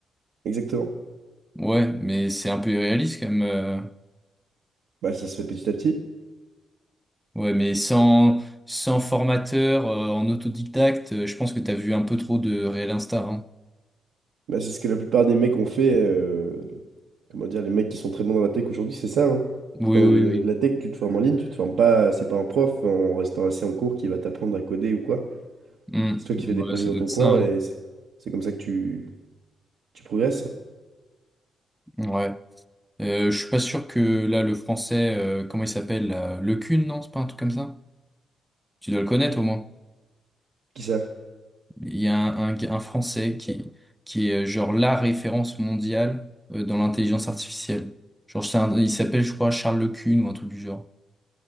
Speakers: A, on the right; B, in the centre.
A: Exactement.
B: Ouais, mais c'est un peu irréaliste quand même. euh.
A: Bah, ça se fait petit à petit.
B: Ouais, mais sans, sans formateur, euh, en autodidacte, euh, je pense que t'as vu un peu trop de Real Insta. hein.
A: Bah, c'est ce que la plupart des mecs ont fait. euh, comment dire, les mecs qui sont très bons dans la tech aujourd'hui, c'est ça. hein.
B: Oui,
A: Enfin,
B: oui,
A: euh,
B: oui.
A: la tech, tu te formes en ligne, tu te formes pas, c'est pas un prof en restant assis en cours qui va t'apprendre à coder ou quoi.
B: Hmm.
A: C'est toi qui fais des
B: Ouais,
A: projets
B: ça
A: dans
B: doit
A: ton
B: être ça.
A: coin
B: hein.
A: et c'est c'est comme ça que tu, tu progresses.
B: Ouais. Euh, je suis pas sûr que là, le français, euh, comment il s'appelle, là, Le Cun, non? C'est pas un truc comme ça? Tu dois le connaître au moins.
A: Qui ça?
B: Il y a un, un- un Français qui, qui est euh, genre la référence mondiale euh, dans l'intelligence artificielle. Genre, c'est un- il s'appelle, je crois, Charles Lecune ou un truc du genre.